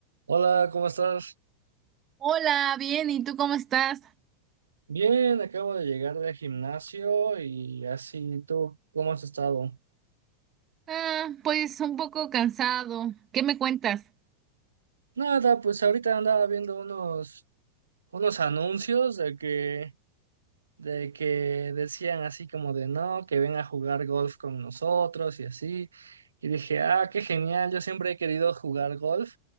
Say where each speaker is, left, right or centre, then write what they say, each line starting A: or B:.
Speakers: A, on the right; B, on the right.
A: Hola, ¿cómo estás?
B: Hola, bien, ¿y tú cómo estás?
A: Bien, acabo de llegar del gimnasio y así tú, ¿cómo has estado?
B: Ah, pues un poco cansado. ¿Qué me cuentas?
A: Nada, pues ahorita andaba viendo unos, unos anuncios de que, de que decían así como de no, que ven a jugar golf con nosotros y así. Y dije, ah, qué genial, yo siempre he querido jugar golf